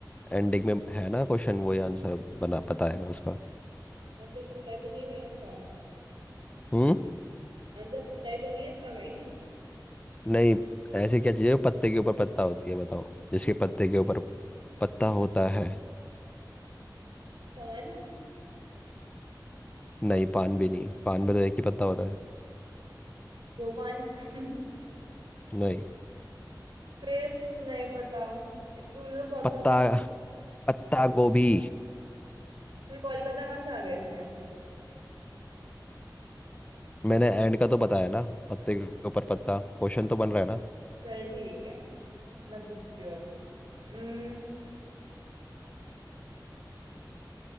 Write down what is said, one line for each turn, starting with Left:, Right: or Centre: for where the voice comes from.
Left: एंडिंग में है ना क्वेश्चन वो ही आंसर बना बताएगा उसका
Right: आंसर पता ही तो नहीं है कहीं इसका
Left: हम्म
Right: आंसर पता ही तो नहीं है इसका कहीं
Left: नहीं ऐसी क्या चीज है जो पत्ते के ऊपर पत्ता होती है बताओ जिसके पत्ते के ऊपर पत्ता होता है
Right: पान
Left: नहीं पान भी नहीं पान में तो एक ही पत्ता होता है
Right: दो पान <laughs>
Left: नहीं
Right: फिर नहीं पता ये तो तूने तो बहुत
Left: पत्ता
Right: मुश्किल पूछ
Left: पत्ता गोभी
Right: तू कोलकाता कहाँ से आ गया इसमें
Left: मैंने एंड का तो बताया ना पत्ते के ऊपर पत्ता क्वेश्चन तो बन रहा है ना
Right: चल ठीक है मैं पूछती हूँ अब हम्म,